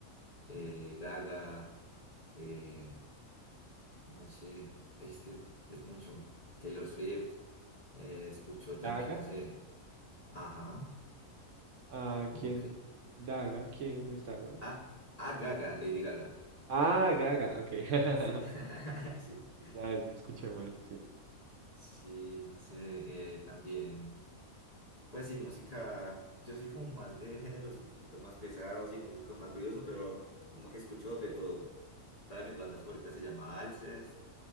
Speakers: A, on the left (about 35°); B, on the right (about 65°).
A: eh, Gaga, eh, no sé, ay, es que es mucho. Taylor Swift, eh, escucho también,
B: Daga.
A: no sé, ajá,
B: Ah,
A: como
B: ¿quién?
A: que,
B: Daga, ¿quién es Daga?
A: ah, ah, Gaga, Lady Gaga,
B: Ah, Gaga, ok. <laughs>
A: sí, <laughs> sí.
B: Ya es que escuché mal, sí.
A: Sí, no sé, eh, también, pues sí, música, yo soy como más de géneros un poquito más pesados y música más ruidosa, pero como que escucho de todo. Una de mis bandas favoritas se llama Alcest,